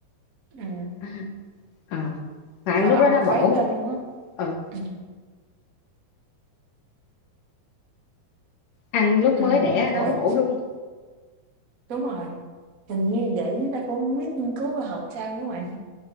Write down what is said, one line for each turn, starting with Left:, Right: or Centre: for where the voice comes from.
Right: ừm,
Left: <laughs> à, à. mà ăn
Right: mật
Left: lúc
Right: ong
Left: đó
Right: mà
Left: nó
Right: khuấy
Left: bổ
Right: lên luôn á.
Left: ừ
Right: Ừm,
Left: ăn lúc
Right: ừm,
Left: mới đẻ nó
Right: ủa,
Left: bổ đúng không
Right: đúng rồi, hình như vậy chứ ta cũng hổng biết nghiên cứu khoa học sao đúng hông bạn?